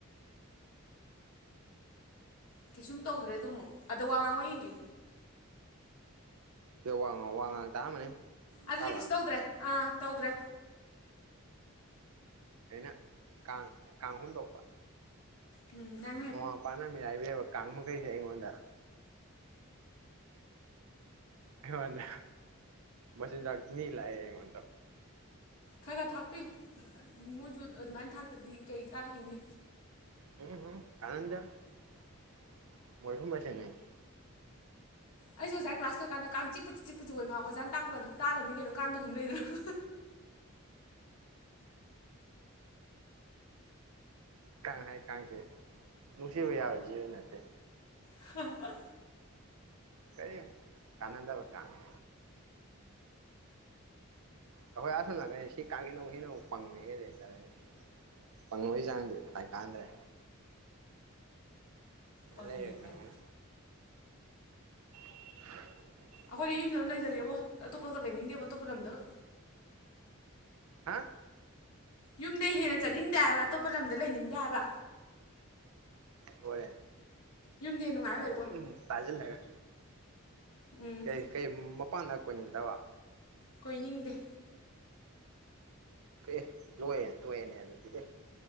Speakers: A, on the left; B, on the right.
A: ꯀꯩꯁꯨꯝ ꯇꯧꯗ꯭ꯔꯦ ꯑꯗꯨꯃꯨꯛ ꯑꯗ ꯋꯥ ꯉꯥꯡꯉꯣ ꯌꯦꯡꯒꯦ
B: ꯁꯦ ꯋꯥ ꯉꯥꯡꯑꯣ ꯋꯥ ꯉꯥꯡ ꯇꯥꯔꯝꯃꯅꯤ
A: ꯑꯗꯨꯗꯤ
B: ꯇꯥꯕ꯭ꯔꯥ
A: ꯀꯩꯁꯨ ꯇꯧꯗ꯭ꯔꯦ ꯑꯥ ꯇꯧꯗ꯭ꯔꯦ
B: ꯑꯩꯅ ꯀꯥꯡ ꯀꯥꯡ ꯍꯨꯝꯗꯣꯛꯄ
A: ꯎꯝ ꯅꯪ
B: ꯃꯃꯥ ꯃꯄꯥꯅ ꯃꯤꯔꯥꯏꯕꯤꯔꯕ ꯀꯥꯡ ꯃꯈꯩꯁꯦ ꯑꯩꯉꯣꯟꯗ ꯑꯩꯉꯣꯟꯗ ꯃꯆꯤꯟꯖꯥꯛ ꯅꯤ ꯂꯥꯛꯑꯦ ꯑꯩꯉꯣꯟꯗ
A: ꯈꯔ ꯈꯔ ꯊꯥꯛꯄꯤꯌꯨ ꯃꯣꯏꯖꯨ ꯑꯗꯨꯃꯥꯏꯅ ꯊꯥꯛꯇꯗꯤ ꯀꯩ ꯆꯥꯔ ꯍꯤꯡꯅꯤ
B: <unintelligible>
A: ꯑꯩꯖꯨ ꯉꯁꯥꯏ ꯀ꯭ꯂꯥꯁ ꯇꯧꯔꯤꯀꯥꯟꯗ ꯀꯥꯡ ꯆꯤꯄꯗꯤ ꯆꯤꯛꯄꯁꯤ ꯑꯣꯏꯃꯥ ꯑꯣꯖꯥꯅ ꯇꯥꯛꯄꯒꯗꯨ ꯇꯥꯗꯕꯅꯤ ꯀꯩꯅꯣ ꯀꯥꯡꯗꯨ ꯍꯨꯝ ꯂꯩꯗꯅ
B: ꯀꯥꯡ ꯍꯥꯢꯕ ꯀꯥꯡꯁꯦ ꯅꯨꯡꯁꯤꯕ ꯌꯥꯕ ꯖꯤꯕ ꯅꯠꯇꯦ
A: <unintelligible>
B: ꯀꯩꯌꯝ ꯀꯥꯟꯅꯗꯕ ꯀꯥꯡꯅꯦ ꯑꯩꯈꯣꯏ ꯑꯥꯁꯣꯝ ꯅꯀꯟ ꯁꯤ ꯀꯥꯡꯖꯤꯅꯃꯨꯛ ꯍꯦꯟꯅ ꯄꯪꯕ ꯍꯦꯜꯂꯦ ꯇꯧꯌꯤ ꯄꯪꯪꯕꯩ ꯆꯥꯡꯗꯤ ꯍꯥꯏ ꯀꯥꯟꯗ꯭ꯔꯦ
A: ꯄꯪꯉꯦ
B: ꯂꯩꯔꯥ ꯈꯪꯒꯅꯤ
A: ꯇꯥꯏ
B: <unintelligible>
A: ꯑꯈꯣꯏꯗꯤ ꯌꯨꯝꯗ ꯑꯗꯨꯝ ꯂꯩꯖꯒꯦꯕꯣ ꯑꯇꯣꯞꯄꯒ ꯂꯩꯅꯤꯡꯗꯦꯕꯣ ꯑꯇꯣꯞꯄ ꯂꯝꯗꯒ
B: ꯍꯥ
A: ꯌꯨꯝꯗꯩ ꯍꯦꯟꯅ ꯆꯠꯅꯤꯡꯗꯦ ꯍꯥꯏꯕ ꯑꯇꯣꯞꯄ ꯂꯝꯗ ꯂꯩꯅꯤꯡꯗꯦ ꯍꯥꯏꯕ
B: ꯍꯣꯏ
A: ꯌꯨꯝꯗꯩ ꯍꯦꯟꯅ ꯅꯨꯡꯉꯥꯏꯕ
B: ꯑꯗꯨꯝ
A: ꯂꯩ
B: ꯇꯥꯁꯤꯜꯂꯒ
A: ꯎꯝ
B: ꯀꯩ ꯀꯩ ꯃꯄꯥꯟꯗ ꯀꯣꯏꯅꯤꯡꯇꯕ
A: ꯀꯣꯏꯅꯤꯡꯗꯦ
B: ꯀꯦ ꯑꯦ ꯂꯣꯏꯔꯦꯅꯦ ꯇꯣꯛꯑꯦꯅꯦ ꯑꯗꯨꯗꯤ ꯑꯦ